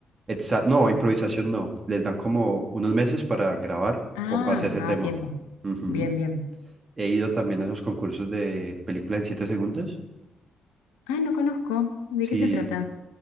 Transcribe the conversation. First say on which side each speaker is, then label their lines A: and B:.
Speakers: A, on the right; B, on the left.
A: exa- No, improvisación no. Les dan como unos meses para grabar
B: Ah,
A: con base a ese
B: ah,
A: tema.
B: tiempo.
A: Ujú.
B: Bien, bien.
A: He ido también a esos concursos de película en 7 segundos.
B: Ah, no conozco. ¿De
A: Sí,
B: qué se trata?